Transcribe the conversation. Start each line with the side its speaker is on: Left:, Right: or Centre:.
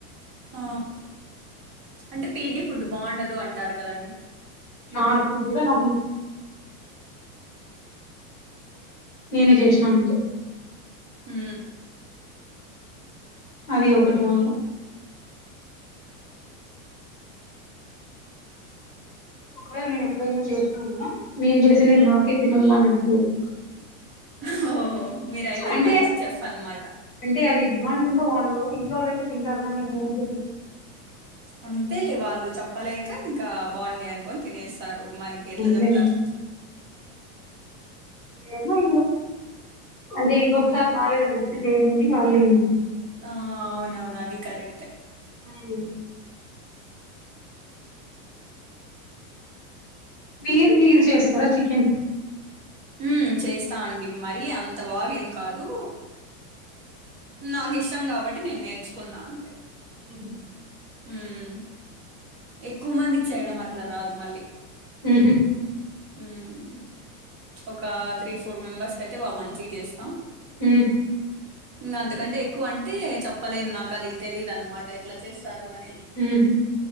Right: ఆ అంటే పీజీ ఫుడ్ బాగుండదు అంటారు కదండి
Left: నాకు కూడా నాకు నచ్చదు నేనే చేసినా అంటే
Right: ఉ
Left: అది ఒకటి మళ్ళ ఒకవేళ నేను ఎప్పుడైనా చేసిన కూడా నేను చేసిండేది
Right: ఆ
Left: నాకే తినాల్ల అనిపియదు
Right: హో మీరైతే
Left: అంటే
Right: మంచి చెఫ్ అనమాట
Left: అంటే అది బాగుంటుందో బాగుండదో ఇంట్లో వాళ్ళయితే తింటారు గాని నేనయితే
Right: అంతేలే వాళ్ళు చెప్పలేక ఇంకా బాగుంది అనుకోని తినేస్తారు మనకి ఎట్లా చెప్తారు
Left: తినను ఉమ్ అంతే అండి ఏమో ఇంగ అంటే ఇంకొకసారి
Right: ఉమ్.
Left: బాలేదని చెప్తే చేయనిని వాళ్ళు ఇంగ్
Right: ఆ అవునవును అది కరెక్టే
Left: అయి మీరు మీరు చేస్తారా చికెన్
Right: ఉమ్ చేస్తా అండి మరి అంత బాగా ఏం కాదు నాకు ఇష్టం కాబట్టి నేను నేర్చుకున్నా అంతే
Left: ఉహు
Right: హుమ్మ్ ఎక్కువ మందికి చేయడం అట్లా రాదు మళ్ళీ
Left: ఉహు
Right: ఉమ్ ఒక త్రీ ఫోర్ మెంబర్స్ అయితే బా మంచిగా చేస్తా
Left: హ్మ్మ్
Right: ఉ అంతకంటే ఎక్కువ అంటే చెప్పలేను నాకు అది తెలిదు అన్నమాట ఎట్లా చేస్తారు అనేది
Left: ఉహూ